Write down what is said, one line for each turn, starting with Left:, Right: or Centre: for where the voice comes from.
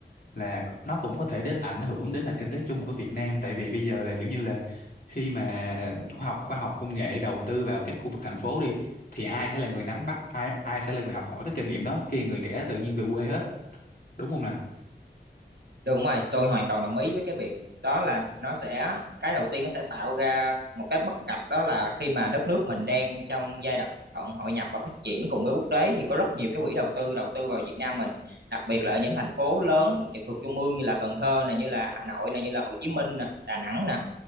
Left: là c- nó cũng có thể đến ảnh hưởng đến nền kinh tế chung của Việt Nam tại vì bây giờ là kiểu như là khi mà khoa học khoa học công nghệ đầu tư vào các khu vực thành phố đi thì ai sẽ là người nắm bắt ai ai sẽ là người học hỏi cái kinh nghiệm đó khi người trẻ tự nhiên về quê hết đúng không nè
Right: Đúng rồi, tôi hoàn toàn đồng ý với cái việc đó là nó sẽ cái đầu tiên nó sẽ tạo ra một cái bất cập đó là khi mà đất nước mình đang trong giai đoạn hội nhập và phát triển cùng với quốc tế thì có rất nhiều cái quỹ đầu tư đầu tư vào Việt Nam mình, đặc biệt
Left: ừ
Right: là ở những thành phố lớn trực thuộc trung ương như là Cần Thơ nè, như là Hà Nội nè, như là Hồ Chí Minh nè, Đà Nẵng nè